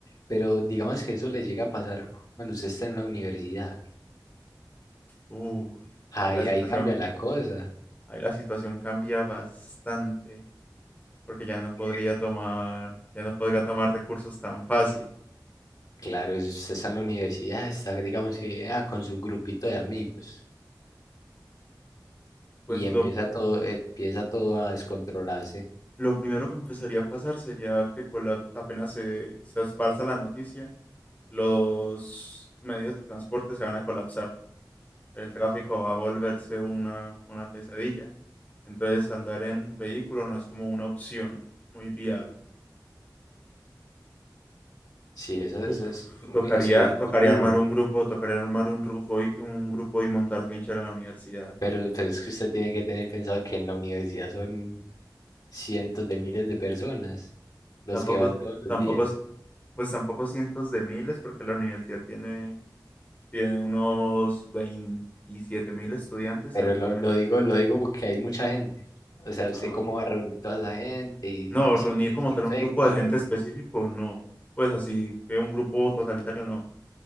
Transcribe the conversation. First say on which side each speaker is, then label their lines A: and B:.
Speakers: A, on the left; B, on the left.
A: Pero digamos que eso le llega a pasar cuando usted está en la universidad.
B: Uy,
A: Ahí,
B: ahí la situación,
A: ahí cambia la cosa.
B: ahí la situación cambia bastante, porque ya no podría
A: que,
B: tomar, ya no podría tomar recursos tan fácil.
A: Claro, es- usted está en la universidad, está, digamos que ah, con su grupito de amigos
B: Pues
A: y empieza
B: lo
A: todo, empieza todo a descontrolarse.
B: Lo primero que empezaría a pasar sería que con la- apenas se, se esparza la noticia, los medios de transporte se van a colapsar. El tráfico va a volverse una, una pesadilla. Entonces andar en vehículo no es como una opción muy viable.
A: Sí, eso,
B: Uf,
A: eso es muy,
B: tocaría,
A: sería
B: tocaría
A: muy duro.
B: armar un grupo, tocaría armar un grupo y, un grupo y montar trinchera en la universidad.
A: Pero, pero es que usted tiene que tener pensado que en la universidad son cientos de miles de personas los
B: Tampoco,
A: que van todos los
B: tampoco,
A: días.
B: pues tampoco cientos de miles, porque la universidad tiene Tiene unos veintisiete mil estudiantes
A: Pero
B: actualmente,
A: lo, lo digo,
B: si no.
A: lo digo porque hay mucha gente. O sea, ¿usted
B: Ajá.
A: cómo va a reunir toda esa gente y,
B: No,
A: y
B: reunir
A: si alguien
B: como
A: se infecta,
B: tal un grupo de gente específico, no. Pues así que un grupo totalitario, no.